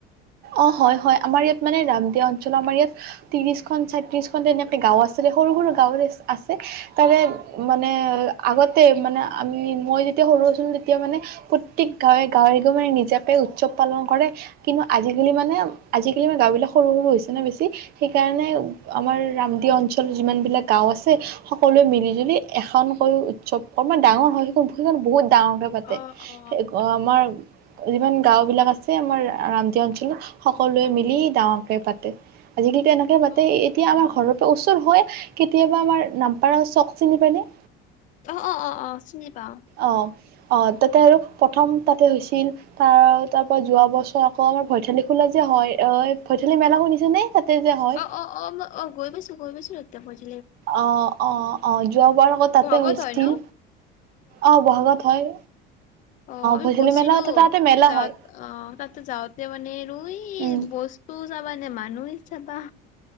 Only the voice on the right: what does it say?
অ হয় হয় আমাৰ ইয়াত মানে ৰাম দিয়া অঞ্চল আমাৰ ইয়াত ত্ৰিশখন ছয়ত্ৰিশখন তেনেকে গাঁও আছিল সৰু সৰু গাঁওৰে আছে তাৰে মানে আগতে মানে আমি মই যেতিয়া সৰু আছিলো তেতিয়া মানে প্ৰত্যেক গাঁৱে গাঁৱে গ মানে নিজাকে উৎসৱ পালন কৰে কিন্তু আজিকালি মানে আজিকালি মানে গাঁওবিলাক সৰু সৰু হৈছে ন বেছি সেইকাৰণে আমাৰ ৰামদিয়া অঞ্চলৰ যিমানবিলাক গাঁও আছে সকলোৱে মিলিজুলি এখনকৈ উৎসৱ কমান ডাঙৰ হয় সেইখন সেইখন বহুত ডাঙৰকে পাতে
আমাৰ যিমান গাওঁ বিলাক আছে আমাৰ ৰাম অঞ্চলত সকলোৱে মিলি ডাঙৰকে পাতে আজিকালি তেনেকৈ পাতে
এতিয়া আমাৰ
ঘৰৰ পৰা ওচৰ হয় কেতিয়াবা আমাৰ নামপাৰা চখ চিনি পায় নে
অ', অ তাতে আৰু প্ৰথম তাতে হৈছিল তাৰ তাৰ পৰা যোৱা বছৰ আকৌ আমাৰ ভৈথালি খোলা যে হয় অ ভৈথালি মেলা শুনিছা নে তাতে যে হয়?
অ অ অ যোৱা বাৰ আগত তাতে
হৈছিল
অ বহাগত হয়
ভৈঠালি
মেলা তাতে মেলা
হয়
উম।